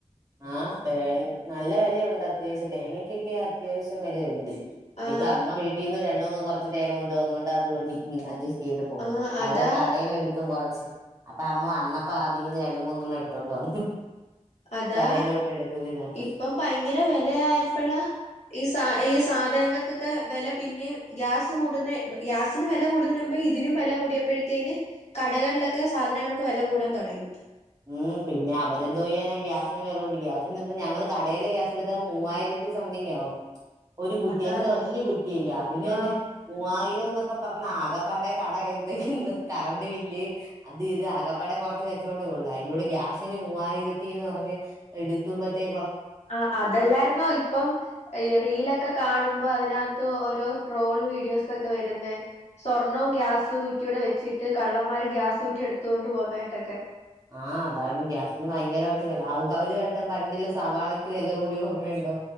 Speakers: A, on the right (about 30°); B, on the left (about 60°).
A: ആഹ് തേ നല്ല വിലയുണ്ട് അത്യാവശ്യം തേങ്ങക്കൊക്കെ അത്യാവശ്യം വിലയുണ്ട്
B: ആഹ്
A: പ്പൊ അമ്മ വീട്ടീന്ന് രണ്ടൂന്ന് കുറച്ച് തേങ്ങ കൊണ്ട് വന്നൊണ്ട് അതൊണ്ട് ഇങ്ങനെ അട്ജസറ്റ് ചെയ്തു പോകുന്നു
B: ആഹ്
A: അവിടെ
B: അതാ
A: കടയിലെടുക്കും കൊറെ ച്ച് അപ്പ അമ്മ വന്നപ്പോ അതീന്ന് രണ്ട മൂന്നെണ്ണം എടുത്തോണ്ട് വന്നു
B: അതാ
A: കടയിലോട്ട് എടുക്കും ഇതിനകത്തുന്ന്
B: ഇപ്പം ഭയങ്കര വിലയയപ്പോഴ് ഈ സ ഈ സ നങ്ങൾക്കൊക്കെ വില പിന്നെ ഗ്യാസ് കൂടുന്ന ഗ്യാസിന് വില കൂടുന്നതിന് മുമ്പേ ഇതിനും വില കൂടിയപ്പോഴത്തേനെ ന് കടകളിലൊക്കെ സാധനങ്ങൾക്ക് വില കൂടാൻ തുടങ്ങി
A: ഉം പിന്നെ അവരെന്തോ ചെയ്യാനാ ഗ്യാസ് തിന് വിലകൂടി ഗ്യാസി നി ഞങ്ങള് കടയിലെ ഗ്യാസ് എടുത്താ മൂവായിരത്തി സംതിങ്ങാകും ഒരു കുറ്റി
B: അതാ
A: അതില് വല്യ കുറ്റില്ലെ അതിന് തന്നെ
B: ആഹ്
A: മൂവായിരം ന്നൊക്കെ പർഞ്ഞ ആകെ പാടേ കട എന്തേ ഇന്ന് കറണ്ട് ബില്ല് അത് ഇത് അകപ്പടെ കുറച്ച് കച്ചവ ടെ ഉള്ളോ ഐനോട് ഗ്യാസിന് മൂവായിരത്തിന്ന് പറഞ്ഞ് എടുത്തുമ്പത്തേ
B: ആഹ് അതല്ലായിരുന്നോ ഇപ്പം ഈ റീലൊക്കെ കാണുമ്പോ അതിനക ത്തോ ഓരോ ട്രോൾ വീഡിയോസ് ഒക്കെ വരുന്നെ സ്വർണോം ഗ്യാസു കു ഇവടെ വെച്ചിട്ട് കള്ളന്മാര് ഗ്യാസൂറ്റി എടുത്ത് കൊണ്ട് പോന്നായിട്ടൊക്കെ
A: ആഹ് അതാണ് ഗ്യാസിന് ഭയങ്കരമായിട്ട് വില അവര് വട്ടം പണ്ടില്ല സവാളക്ക് വില കൂടി ഓർമ്മയുണ്ടോ